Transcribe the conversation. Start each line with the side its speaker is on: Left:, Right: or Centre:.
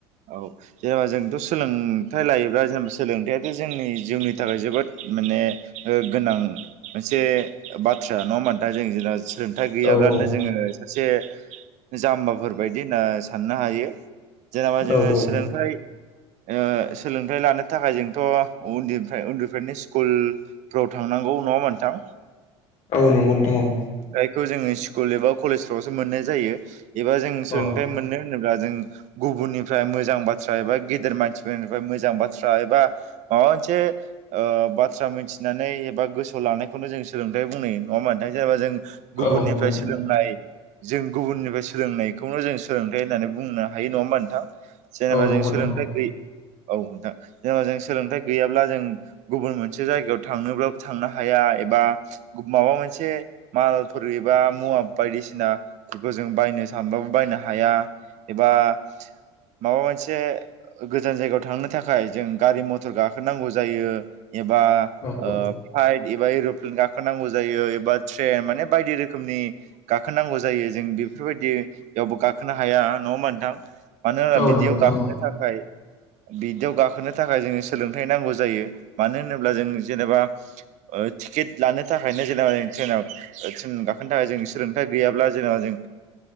Right: औ जेनेबा जोंथ' सोलों सोलोंथाइ लायोब्ला जेनेबा सोलोंथायाथ' जोंनि जिउनि थाखाय जोबोद माने गोनां मोनसे बाथ्रा नङा होमबा नोंथां जों जेला- सोलोंथाइ गैयाब्लानो
Left: औ औ
Right: जोङो सासे जाम्बाफोर बायदि होनना साननो हायो जेनेबा जोङो
Left: औ औ
Right: सोलोंथाइ ओ-सोलोंथाइ लानो थाखाय जोंथ' उन्दैनिफ्राय उन्दैनिफ्रायनो स्कुलफ्राव थांनांगौ। औ नङा मोनथां
Left: औ नंगौ नोंथां औ।
Right: खौ जोङो स्कुल एबा कलेजफ्रावसो मोननाय जायो एबा जों सोलोंथाइ
Left: औ
Right: मोनो होनोब्ला जों गुबुननिफ्राय मोजां बाथ्रा एबा गेदेर मानसिफोरनिफ्राय मोजां बाथ्रा एबा माबा मोनसे ओ बाथ्रा मिथिनानै एबा गोसोआव लानायखौनो जों सोलोंथाइ बुंनाय नङा होमब्ला नोंथां जेनेबा जों गुबुननिफ्राय
Left: औ नंगौ नोंथां
Right: सोलोंनाय जों गुबुननिफ्राय सोलोंनायखौनो जों सोलोंथाइ होननानै बुंनो हायो नङा होमबा नोंथां जेनेबा
Left: औ नंगौ
Right: जों
Left: नोंथां
Right: सोलोंथाइ
Left: औ
Right: गै औ नोंथां जेनेबा जों सोलोंथाइ गैयाब्ला जों गुबुन मोनसे जायगायाव थांनोब्लाबो थांनो हाया बा माबा मोनसे मालफोर एबा मुवा बायदिसिनाफोरखौ जों बायनो सानबाबो बायनो हाया एबा माबा मोनसे गोजान जायगायाव थांनो थाखाय जों गारि मथर गाखोनांगौ जायो एबा
Left: औ
Right: फ्लाथ
Left: औ
Right: एबा एर'प्लेन गाखोनांगौ जायो एबा ट्रेन माने बायदि रोखोमनि गाखोनांगौ जायो जों बेफोरबायदियावबो गाखोनो हाया न' म नोंथां मानो होना
Left: औ
Right: बिदियाव
Left: नंगौ नोंथां
Right: गाखोनो
Left: औ
Right: थाखाय <inaudible> बिदियाव गाखोनो थाखाय जोङो सोलोंथाइ नांगौ जायो मानो होनोब्ला जों जेनेबा टिकेट लानो थाखायनो जेनेबा जों ट्रेनाव ट्रेन गाखोनो थाखाय जों सोलोंथाइ गैयाब्ला जेनेबा जों